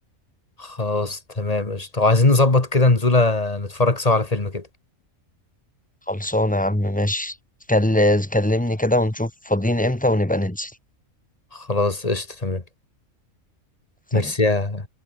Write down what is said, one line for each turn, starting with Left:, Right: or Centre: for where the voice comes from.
Left: خلاص تمام قشطة طب عايزين نظبط كده نزولة نتفرج سوا على فيلم كده
Centre: خلصانة يا عم ماشي كل- كلمني كده ونشوف فاضيين امتى ونبقى ننزل
Left: خلاص قشطة تمام
Centre: تمام
Left: ميرسي